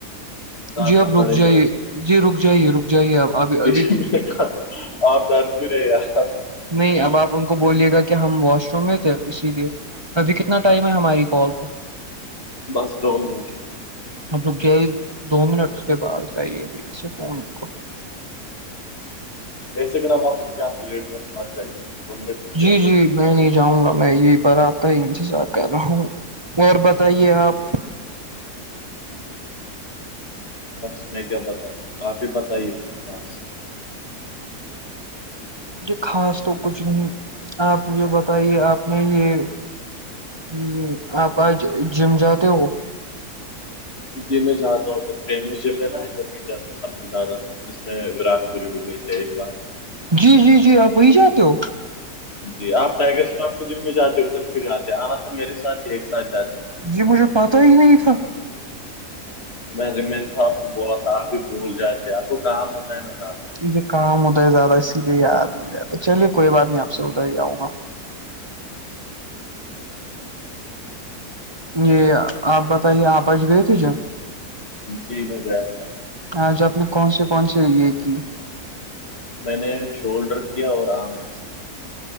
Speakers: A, on the left (about 40°); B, on the right (about 20°).
A: کاٹنا
B: جی آپ رک
A: پڑے
B: جائیے
A: گا ابھی
B: جی رک جائیے رک جائیے آپ اب ابھی
A: جی
B: ابھی
A: میں کہا آپ ڈر کیوں رہے یار
B: نہیں اب آپ ان کو بولیے گا کہ ہم واش روم میں تھے اسی لیے ابھی کتنا ٹائم ہے ہماری کال پہ
A: بس دو منٹ
B: مطلب گ دو منٹ اس کے بعد بتاے اب سے فون ان کو
A: ایسے کہنا وہاںپر کے آپ کے ریٹ تونے مت جائیے دو منٹ رک
B: جی
A: گیا
B: جی میں نہیں جاؤں گا میں یہی پر آپ کا ہی انتظار کر رہا ہوں اور بتائیے آپ
A: بس میں کیا بتاؤں آپ ہی بتائیے کچھ خاص
B: یہ خاص تو کچھ نہیں آپ مجھے بتائیے آپ نے یہ ہ آپ آج جم جاتے ہو
A: جی میں جاہتا ہوں ادھر فیمس جم ہے نا ادھر انڈیا کا سب سے زیادہ جس میں وراٹ <unintelligible>
B: جی جی جی آپ وہی جاتے ہو
A: جی آپ ٹائیگر شراف کی جم میں جاتے ادھر کیوں جاتے آنا تھا میرے ساتھ ہی ایک ساتھ جاتے
B: جی مجھے پتا ہی نہیں تھا <unintelligible>
A: میں ریمین کو آپ کو بولا تھا آپ بھی بھول جاتے آپ کو کام ہوتا ہے نا زیادہ
B: کام اد ہے زیادہ اسی لیے یاد نہیں رہتا چلیے کوئی بات نہیں آپ سے ادھر ہی آؤں گا یہ آپ بتائیے آپ اچ گئے تھے جم
A: جی میں گیا تھا
B: آج آپ نے کون سے کون سے یہ کیے
A: میں نے شولڈر کیا اور آرام ر سم